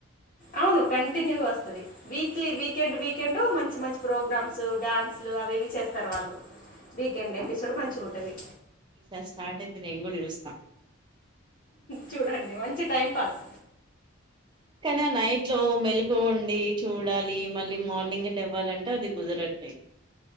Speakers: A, on the left; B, on the right.
A: ఆవును కంటిన్యూగా వస్తది, వీక్లీ వీకెండ్ వీకెండ్ మంచి మంచి ప్రోగ్రామ్స్ డ్యాన్స్లు అవి ఇవి చేస్తారు వాళ్ళు వీకెండ్
B: అవునా
A: ఎపిసోడ్ మం టది
B: ఈసారి స్టార్ట్ అయితే నేం గూడా చూస్తా
A: చూడండి మంచి టైం పాస్
B: కనా నైట్ లో మెల్ కనుకోండి చూడాలి మళ్ళీ మార్నింగే లెవ్వాలంటే అది కుదరట్లే